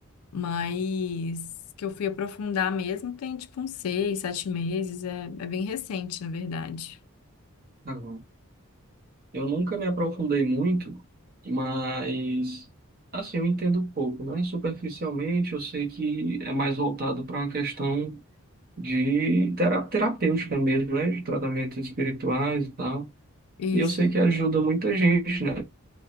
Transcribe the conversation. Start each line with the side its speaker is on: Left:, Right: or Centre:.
Left: Mas que eu fui aprofundar mesmo tem tipo uns seis, sete meses. É, é bem recente, na verdade.
Right: Aham. Eu nunca me aprofundei muito, mas assim, eu entendo pouco, né? Superficialmente, eu sei que é mais voltado para uma questão de tera- terapêutica mesmo, né? De tratamentos espirituais e tal.
Left: Isso,
Right: E eu sei que ajuda muita gente, né?